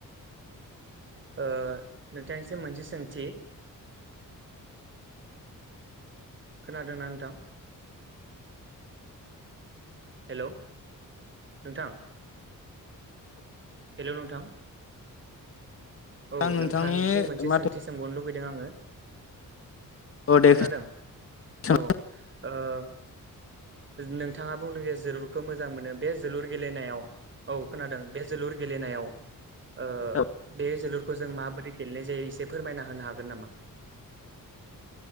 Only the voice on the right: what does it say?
ओ नोंथांनिसिम मोनसे सोंथि। खोनादोंना नोंथां? हेलौ नोंथां हेलौ नोंथां। औ
नोंथांथि मोनसे
सोंथि सोंबावनो लुुगैदों आङो।
खोनादों
औ ओ नोंथाङा बुंदों जे जोलुरखौ मोजां मोनो बे जोलुर गेलेनायाव औ खोनादों बे जोलुर गेलेनायाव ओ
बे जोलुर खौ जों माबोरै गेलेनाय जायो एसे फोरमायना होनो हागोन नामा?